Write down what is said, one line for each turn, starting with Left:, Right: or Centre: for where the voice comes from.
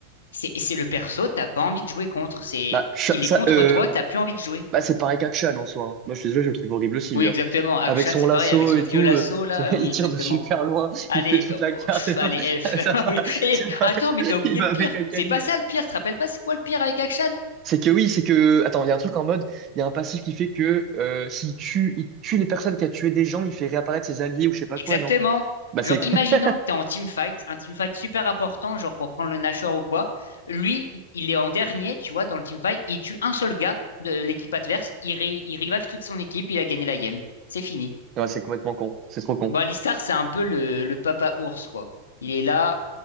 Left: C'est c'est le perso, t'as pas envie de jouer contre. C'est
Right: Bah, Sha-
Left: il
Right: ça,
Left: est contre
Right: euh,
Left: toi, t'as plus envie de jouer.
Right: bah c'est pareil qu'Akshan en soi. hein. Moi, je suis désolé, je le trouve horrible aussi,
Left: Oui,
Right: lui.
Left: exactement.
Right: hein.
Left: Akshan,
Right: Avec son
Left: c'est
Right: lasso
Left: pareil avec son
Right: et
Left: vieux
Right: tout,
Left: lasso
Right: euh,
Left: là.
Right: <laughs>
Left: euh, Oui,
Right: il tire
Left: exactement.
Right: de super loin,
Left: Allez,
Right: il fait toute
Left: euh,
Right: la
Left: oh,
Right: carte.
Left: pff,
Right: et
Left: allez
Right: <laughs>
Left: F. <laughs>
Right: ça
Left: Ah
Right: va,
Left: Oui. Et
Right: ça va,
Left: attends, mais
Right: <laughs>
Left: t'as oublié
Right: il va
Left: le pire.
Right: avec Akali.
Left: C'est pas ça le pire. Tu te rappelles pas c'est quoi le pire avec Akshan?
Right: C'est que oui, c'est que. Attends, il y a un truc en mode, il y a un passif qui fait que euh, s'il tue, il tue les personnes qui a tué des gens, il fait réapparaître ses alliés ou je sais pas
Left: Exactement.
Right: quoi, non? Bah,
Left: Genre,
Right: c'est.
Left: imaginons
Right: <laughs>
Left: que t'es en team fight, un team fight super important, genre pour prendre le Nashor ou quoi. Lui, il est en dernier, tu vois, dans le team fight. Il tue un seul gars de l'équipe adverse. Il, ré- il revive toute son équipe. Il a gagné la game. C'est fini.
Right: Ouais, c'est complètement con. C'est trop con.
Left: Bon, Alistar, c'est un peu le, le papa ours, quoi. Il est là,